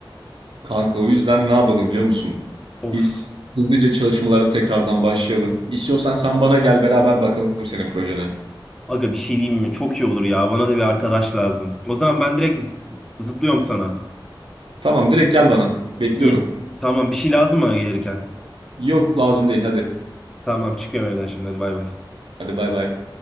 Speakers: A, on the right; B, in the centre.
A: Kanka o yüzden ne yapalım biliyor musun?
B: Of.
A: Biz hızlıca çalışmalara tekrardan başlayalım. İstiyorsan sen bana gel beraber bakalım senin projene.
B: Aga bir şey diyeyim mi? Çok iyi olur ya. Bana da bir arkadaş lazım. O zaman ben direkt z- zıplıyorum sana.
A: Tamam direkt gel bana. Bekliyorum.
B: İyi. Tamam bir şey lazım mı gelirken?
A: Yok lazım değil hadi.
B: Tamam çıkıyorum evden şimdi hadi bay bay.
A: Hadi bay bay.